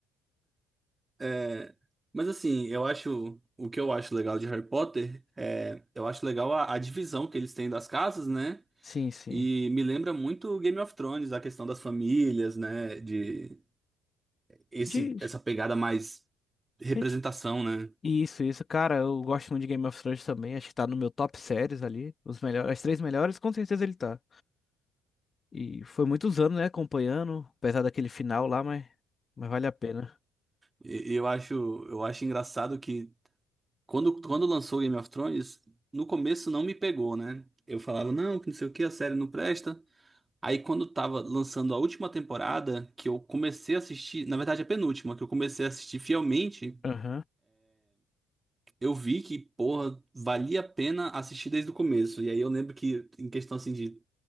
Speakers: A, on the right (about 20°); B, on the left (about 35°).
A: É, mas assim, eu acho o que eu acho legal de Harry Potter é eu acho legal a, a divisão que eles têm das casas, né?
B: Sim, sim.
A: E me lembra muito Game of Thrones, a questão das famílias, né? De esse
B: De...
A: essa pegada mais representação,
B: de-
A: né?
B: Isso, isso. Cara, eu gosto muito de Game of Thrones também. Acho que tá no meu top séries ali. Os melhores, as três melhores, com certeza ele tá. E foi muitos anos, né, acompanhando, apesar daquele final lá, mas, mas vale a pena.
A: E e eu acho, eu acho engraçado que Quando, quando lançou Game of Thrones, no começo não me pegou, né? Eu falava, não, que não sei o que, a série não presta. Aí quando tava lançando a última temporada, que eu comecei a assistir, na verdade a penúltima, que eu comecei a assistir fielmente,
B: Aham.
A: eu vi que, porra, valia a pena assistir desde o começo. E aí eu lembro que, em questão assim de